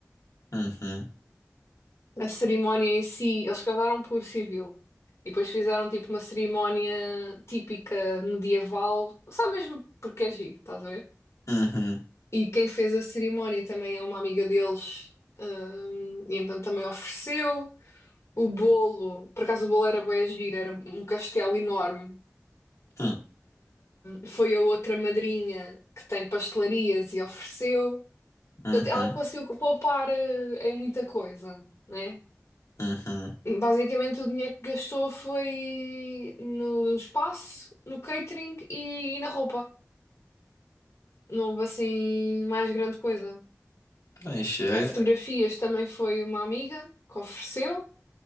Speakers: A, on the left (about 85°); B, on the left (about 60°).
A: Uhum,
B: A cerimónia em si, eles casaram por civil. E depois fizeram tipo uma cerimónia típica medieval, só mesmo porque é giro, estás a ver?
A: uhum,
B: E quem fez a cerimónia também é uma amiga deles, hum, e então também ofereceu. O bolo, por acaso o bolo era bué giro, era um castelo enorme.
A: hum,
B: Foi a outra madrinha que tem pastelarias e ofereceu.
A: uhum,
B: Portanto, ela conseguiu poupar eh, em muita coisa, né?
A: uhum.
B: Basicamente, o dinheiro que gastou foi no espaço, no catering e, e na roupa. Não houve assim mais grande coisa.
A: Então aí chega.
B: A fotografias também foi uma amiga que ofereceu.